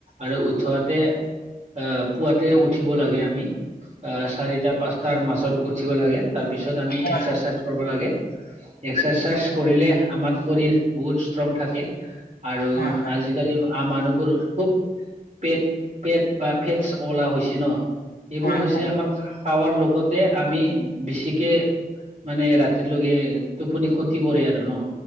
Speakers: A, on the right; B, on the left.
A: আৰু উঠোৱাতে আহ পুৱাতে উঠিব লাগে আমি। অ চাৰিটা পাঁচটাৰ মাজত উঠিব লাগে, তাৰ পিছত আমি
B: হয়
A: এক্সাৰচাইজ কৰিব লাগে। এক্সাৰচাইজ কৰিলে আমাৰ শৰীৰ বহুত ষ্ট্ৰং থাকে। আৰু
B: হয় হয়
A: আজিকালি মানুহবোৰ খুব পেট পেট বা ফেটছ'অলা হৈছে ন, এইবোৰ
B: হয়
A: হৈছে
B: হয়
A: আমাৰ খাৱাৰ লগতে আমি বেছিকে মানে ৰাতিৰ লৈগে টোপনি ক্ষতি কৰে আৰু ন।